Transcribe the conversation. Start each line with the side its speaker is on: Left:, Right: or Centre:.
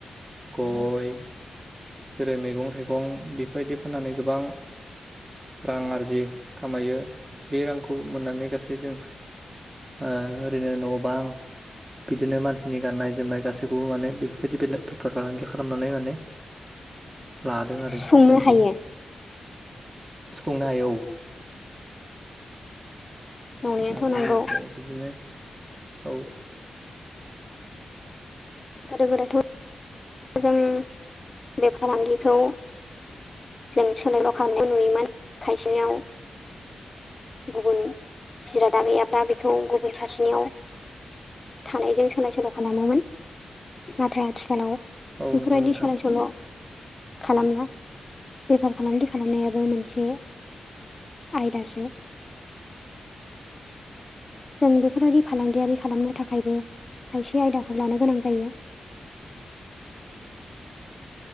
Right: गय जेरै मैगं थाइगं बेफोरबायदि फाननानै गोबां रां आरजियो खामायो बे रांखौ मोननानै गासै जों ओ ओरैनो न' बां बिदिनो मानसिनि गाननाय जोमनाय गासैखौबो माने बेफोरबायदि बेले बेफार फालांगि खालामनानै माने लादों आरो
Left: सुफुंनो
Right: आरोखि
Left: हायो
Right: सुफुंनो हायो औ
Left: नंनायाथ'
Right: आरो
Left: नंगौ
Right: लोगोसे बिदिनो औ
Left: गोदो गोदायथ' जों बे फालांगिखौ जों सोलाय बोल खालामनायखौ नुयोमोन खायसेयाव गुबुन जिरादा गैयाब्ला बेखौ गुबुन सासेनियाव थानायजों सोलाय सोल' खालामोमोन नाथाय आथिखालाव
Right: औ
Left: बेफोरबायदि
Right: नंगौ नोंथां
Left: सोलाय सोल' खालामना बेफार फालांगि खालामनायाबो मोनसे आयदासो। जों बेफोरबायाददि फालांगियारि खालामनो थाखायबो खायसे आयदाखौ लानो गोनां जायो।
Right: <inaudible>